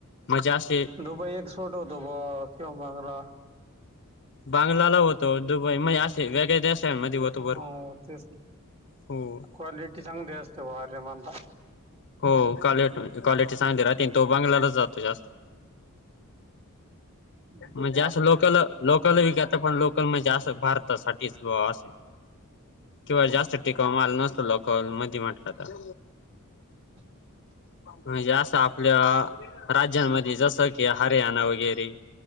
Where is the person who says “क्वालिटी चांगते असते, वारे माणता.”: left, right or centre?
Right